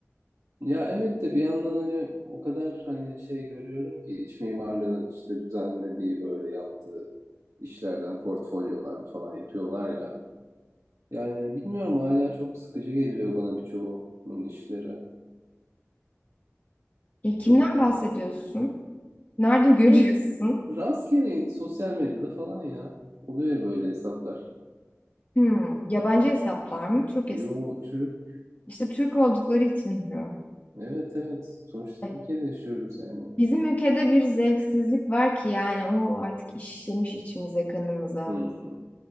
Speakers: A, on the right; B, on the left.
A: Ya evet de bir yandan hani o kadar hani şey görüyorum ki iç mimarların işte düzenlediği böyle yaptığı işlerden portfolyolar falan yapıyorlar ya. Yani bilmiyorum hala çok sıkıcı geliyor bana birçoğunun işleri.
B: E,
A: Çok
B: kimden bahsediyorsun? Nerede görüyorsun?
A: böyle rastgele sosyal medyada falan ya. Oluyor ya böyle hesaplar.
B: Hmm, yabancı hesaplar mı? Türk hesap.
A: Yo Türk.
B: İşte Türk oldukları için diyor.
A: Evet evet. Sonuçta
B: E,
A: Türkiye'de yaşıyoruz yani.
B: Bizim ülkede bir zevksizlik var ki yani o artık işlemiş içimize kanımıza.
A: Hmm.